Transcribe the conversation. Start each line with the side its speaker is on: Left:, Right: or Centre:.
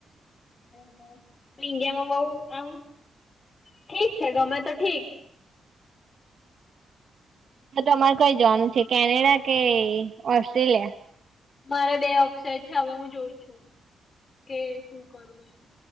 Left: હ બસ ઈન્ડિયામાં બવુ આમ ઠીક છે ગમે તો ઠીક
Right: હ તમારે કઈ જવાનું છે કેનેડા કે ઓસ્ટ્રેલિયા.
Left: મારે બે ઓપ્શનછે. હવે હું જોઉ છું કે શું કરવું એમ.